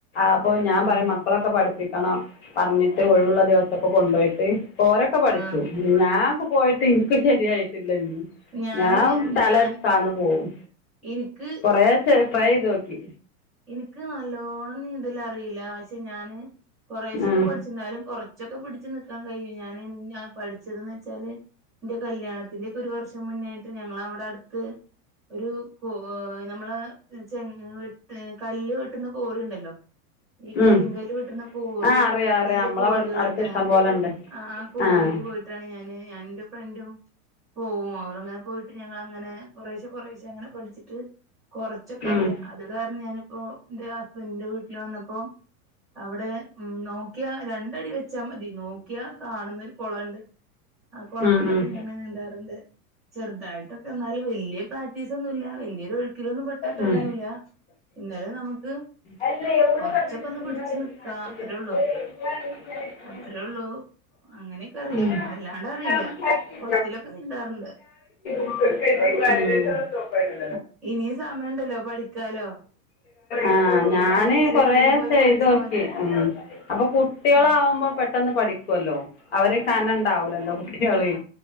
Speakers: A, on the left (about 45°); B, in the centre.
A: അപ്പോ
B: ആഹ്
A: ഞാൻ പറയും മക്കളെ ക്കെ പഠിപ്പിക്കണം പർഞ്ഞിട്ട് ഒഴിവ്ള്ള ദിവസൊക്കെ കൊണ്ടോയിട്ട് പ്പം ഓരൊക്കെ പഠിച്ചു
B: ആഹ്
A: ഞാംപ്പ പോയിട്ട് ഇൻക്ക് ശെരിയായിട്ടില്ലെഞ്ഞും
B: ഞാന്
A: ഞാം തല
B: ഞാൻ
A: താന്ന് പോവും
B: എനിക്ക്
A: കൊറേ ട്രൈയ്തോക്കി
B: ഇൻക്ക് നല്ലോണം നീന്തലറീല പക്ഷെ ഞാന് കുറേശൊക്കെ
A: ഉം
B: പഠിച്ച് ന്നാലും കൊറ് ച്ചൊക്കെ പിടിച്ചു നിക്കാം കഴിയും ഞാന് ഞ പഠിച്ചത് ന്ന് വെച്ചാല് ഇന്റെ കല്ല്യാണത്തിന്റെക്കെ ഒരു വർഷം മുന്നായിട്ട് ഞങ്ങളവ്ടെട്ത്ത് ഒരു കോ ഏഹ് നമ്മളെ ചെ വെട്ട് കല്ല് വെട്ടുന്ന കോറിയുണ്ടല്ലോ? <inaudible> ഈ കരിങ്കല്ല്
A: ഉം
B: വെട്ടുന്ന കോറി
A: ആഹ് അറിയാം
B: വല്ല്യ
A: അറിയാം നമ്മളെ
B: കോറികളുണ്ട്
A: അടുത്ത് ഇഷ്ടം പോലെ ഉണ്ട്
B: ആ കോറീല്
A: ആഹ്
B: പോയിട്ട് ട്ടാണ് ഞാന് ഞാനുന്റെ ഫ്രണ്ടും പോവും അവടെങ്ങനെ പോയിട്ട് ഞങ്ങളങ്ങനെ കൊറേശെ കൊറേശെ ച്ചെ അങ്ങനെ പഠിച്ചിട്ട് കൊറച്ചൊക്കറിയാ
A: ഉം
B: അത് കാരണം ഞാനിപ്പൊ ഇന്റെ ഹസ്ബൻഡിന്റെ വീട്ടില് വന്നപ്പോ അവിടെ ഉം നോക്കിയാ രണ്ടടി വെച്ചാമതി നോക്കിയാ കാണുന്ന ഒര് കൊളണ്ട് ആ കൊളത്തിലൊക്കെ
A: ഉം ഉം
B: ഞാന് നീന്താറ്ണ്ട് ചെറുതായിട്ടൊക്കെന്നാലും വല്ല്യ പീസൊന്നൂല്ല വല്ല്യൊരു ഒഴുക്കിലൊന്നും പെട്ടാ കഴിയൂല്ല
A: ഉം
B: ഇന്നലും നമക്ക്
A: അല്ല എവിടെ
B: കൊറച്ചൊക്കൊന്ന്
A: കണ്ടിട്ട് തിന്നാൻ
B: പിടച്ച് നിക്കാ അത്രേയൊള്ളു
A: പറ്റും
B: അത്രേയൊള്ളു അങ്ങനെക്കറിയാ
A: ഉം.
B: വല്ലാണ്ടറീല
A: അത് ശരി
B: കൊളത്തിലൊക്കെ നീന്താറ്ണ്ട്
A: ഉം
B: ഇനിയും സമയണ്ടല്ലോ പഠിക്കാലോ?
A: ആഹ്
B: ഓര്ക്ക്
A: ഞാന്
B: അറിയിച്ചെങ്കി
A: കൊറേ
B: എവിടെലും പോയി
A: ചെയ്തോക്കി
B: പഠിച്ചാ മതി
A: ഉം അപ്പൊ കുട്ട കുട്ട്യളാവുമ്പോ
B: ഉം
A: പെട്ടെന്ന് പഠിക്കൊ ല്ലോ അവര് കനെണ്ടാവൂലല്ലോ കുട്ട്യള്